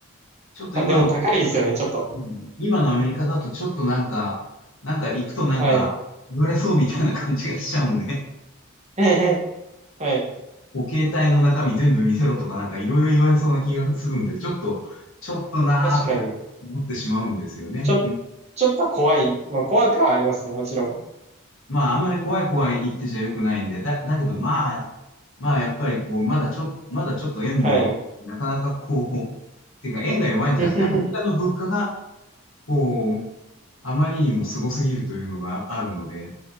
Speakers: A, on the left; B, on the right.
A: ちょっと今の、
B: あ、でも高いですよね、ちょっと。
A: うん、今のアメリカだとちょっとなんか、なんか行くとなんか、
B: はい。<laughs>
A: 言われそうみたいな感じがしちゃうんで。
B: はい。はい
A: お携帯の中身全部見せろとかなんかいろいろ言われそうな気がするんで、ちょっと、ちょっとなーとか思ってしまうんですよね。
B: 確かに。ちょ、
A: うん、
B: ちょっと怖い。まあ怖くはありますね、もちろん。
A: まあ、あんまり怖い怖い言ってちゃよくないんで、だ、だけどまあ、まあやっぱりこう、まだちょ、まだちょっと円も弱い、
B: はい。
A: なかなかこう、ていうか円が弱いんじゃなくて、
B: <laughs>
A: アメリカの物価が、こう、あまりにもすごすぎるというのがあるので、